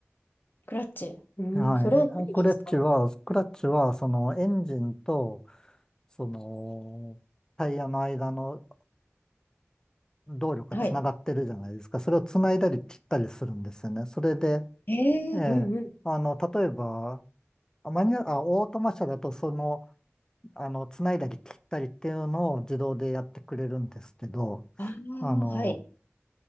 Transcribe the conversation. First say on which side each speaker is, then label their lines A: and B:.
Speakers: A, on the left; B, on the left.
A: クラッチ。うん、
B: はい。
A: それは何に使うの
B: クラッチは、クラッチは、そのエンジンと、その、タイヤの間の動力がつながってるじゃないですか。
A: はい。
B: それをつないだり切ったりするんですよね。それで、
A: ええうんうん。
B: ええ、あの、例えば、あマニュアル、あ、オートマ車だと、その、あの、つないだり切ったりっていうのを自動でやってくれるんですけど、
A: ああ、
B: あの、
A: はい。